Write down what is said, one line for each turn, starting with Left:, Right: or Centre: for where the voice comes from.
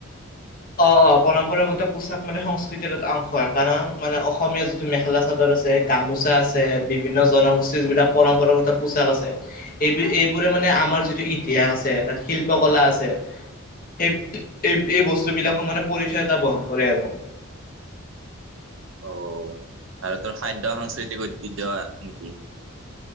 Left: অ অ পৰম্পৰাগত এটা পোচাক মানে সংস্কৃতিৰ এটা অংশ হয় কাৰণ মানে অসমীয়া যিটো মেখেলা চাদৰ আছে গামোচা আছে বিভিন্ন জনগোষ্ঠীৰ যিবিলাক পৰম্পৰাগত পোচাক আছে এই এইবোৰে মানে আমাৰ যিটো ইতিহাস আছে তাত শিল্পকলা আছে সেই এই এই বস্তু বিলাকৰ মানে পৰিচয় এটা বহন কৰে আৰু
Right: অ আৰু তোৰ খাদ্য সাংস্কৃতিক ঐতিহ্য নেকি